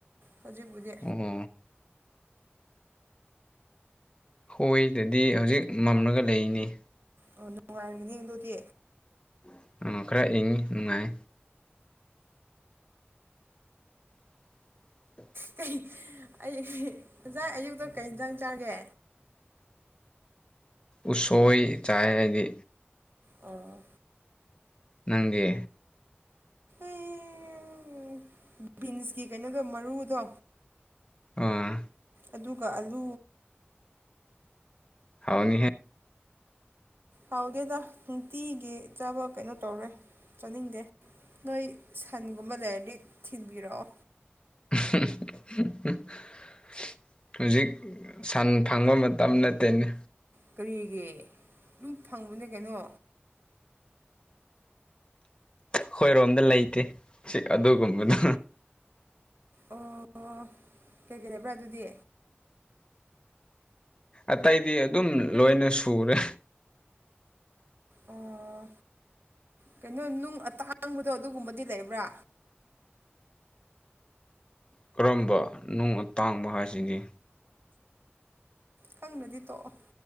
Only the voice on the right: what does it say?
ꯍꯧꯖꯤꯛꯕꯨꯗꯤ
ꯑꯣ ꯅꯨꯉꯥꯏꯔꯝꯒꯅꯦ ꯑꯗꯨꯗꯤ
ꯀꯩ ꯑꯩ ꯉꯁꯥꯏ ꯑꯌꯨꯛꯇꯣ ꯀꯩ ꯍꯤꯟꯖꯥꯡ ꯆꯥꯒꯦ
ꯑꯣ
ꯑꯩ ꯕꯤꯟꯁꯀꯤ ꯀꯩꯅꯣꯗꯣ ꯃꯔꯨꯗꯣ
ꯑꯗꯨꯒ ꯑꯂꯨ
ꯍꯥꯎꯗꯦꯗ ꯅꯨꯡꯇꯤꯒꯤ ꯆꯥꯕ ꯀꯩꯅꯣ ꯇꯧꯔꯦ ꯆꯥꯅꯤꯡꯗꯦ ꯅꯣꯏ ꯁꯟꯒꯨꯝꯕ ꯂꯩꯔꯗꯤ ꯊꯤꯟꯕꯤꯔꯛꯑꯣ
ꯀꯔꯤꯒꯤ ꯗꯨꯝ ꯐꯪꯕꯅꯦ ꯀꯩꯅꯣ
ꯑꯣ ꯑꯣ ꯀꯩꯀꯩ ꯂꯩꯕ꯭ꯔꯥ ꯑꯗꯨꯗꯤ
ꯑꯣ ꯀꯩꯅꯣ ꯅꯨꯡ ꯑꯇꯥꯡꯕꯗꯣ ꯑꯗꯨꯒꯨꯝꯕꯗꯤ ꯂꯩꯕ꯭ꯔꯥ
ꯈꯪꯗ꯭ꯔꯗꯤ ꯇꯣꯛꯑꯣ